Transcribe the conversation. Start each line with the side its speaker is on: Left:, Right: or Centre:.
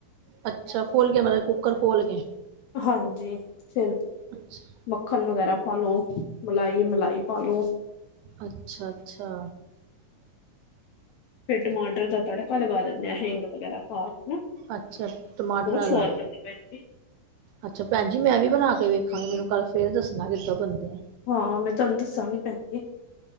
Right: ਅੱਛਾ, ਖੋਲ ਕੇ ਮਤਲਬ ਕੁੱਕਰ ਖੋਲ ਕੇ।
Left: ਹਾਂਜੀ, ਫੇਰ
Right: ਅੱਛਾ
Left: ਮੱਖਣ ਵਗੈਰਾ ਪਾਲੋ, ਮਲਾਈ ਏ ਮਲਾਈ ਪਾ ਲੋ।
Right: ਅੱਛਾ-ਅੱਛਾ।
Left: ਫੇਰ ਟਮਾਟਰ ਦਾ ਤੜਕਾ ਲਗਾ ਦਿੰਨੇ ਆਂ, ਹਿੰਗ ਵਗੈਰਾ ਪਾਕੇ ਨਾ।
Right: ਅੱਛਾ ਟਮਾਟਰਾਂ
Left: ਬੜੇ ਛੁਆਦ
Right: ਦਾ
Left: ਬਣਦੇ, ਭੈਣ ਜੀ।
Right: ਅੱਛਾ ਭੈਣ ਜੀ, ਮੈਂ ਵੀ ਬਣਾ ਕੇ ਵੇਖਾਂਗੀ, ਮੈਨੂੰ ਕੱਲ ਫੇਰ ਦੱਸਣਾ ਕਿੱਦਾਂ ਬਣਦੇ।
Left: ਹਾਂ, ਮੈਂ ਤੁਆਨੂੰ ਦੱਸਾਂਗੀ ਭੈਣ ਜੀ